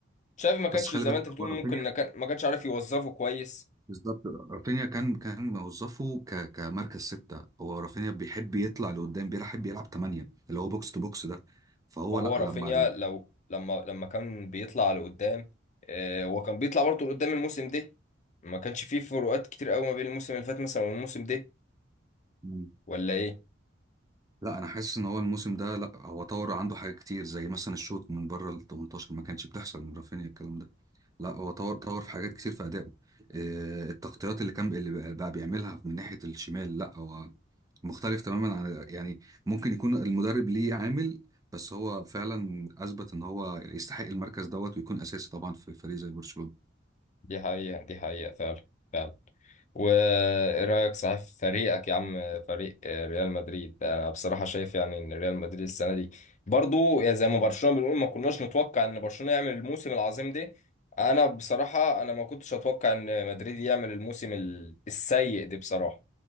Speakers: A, on the left (about 40°); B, on the right (about 20°).
A: شافي ما كانش
B: بس خلي
A: زي
B: بالك
A: ما انت بتقول
B: هو رافينيا
A: ممكن ما كان ما كانش عارف يوظفه كويس
B: بالظبط رافينيا كان كان موظفه ك... كمركز ستة هو رافينيا بيحب يطلع لقدام بيحب يلعب تمانية اللي هو بوكس تو بوكس ده فهو
A: ما هو
B: لا
A: رافينيا
B: لما لما
A: لو لما لما كان بيطلع لقدام آه، هو كان بيطلع برضه لقدام الموسم ده ما كانش فيه فروقات كتير قوي ما بين الموسم اللي فات مثلا والموسم ده
B: مم.
A: ولا ايه
B: لا انا حاسس ان هو الموسم ده لا هو طور عنده حاجات كتير زي مثلا الشوط من بره ال 18 ما كانش بتحصل من رافينيا الكلام ده لا هو طور طور في حاجات كتير في ادائه آه، التغطيات اللي كان اللي بقى بقى بيعملها من ناحيه الشمال لا هو مختلف تماما عن يعني ممكن يكون المدرب ليه عامل بس هو فعلا اثبت ان هو يستحق المركز دوت ويكون اساسي طبعا في فريق زي برشلونه
A: دي حقيقة دي حقيقة فعلا فعلا وايه رأيك صحيح في فريقك يا عم فريق آه، ريال مدريد انا بصراحة شايف يعني ان ريال مدريد السنة دي برضو يعني زي ما برشلونة بنقول ما كناش نتوقع ان برشلونة يعمل الموسم العظيم ده انا بصراحة انا ما كنتش اتوقع ان مدريد يعمل الموسم ال- السيء ده بصراحة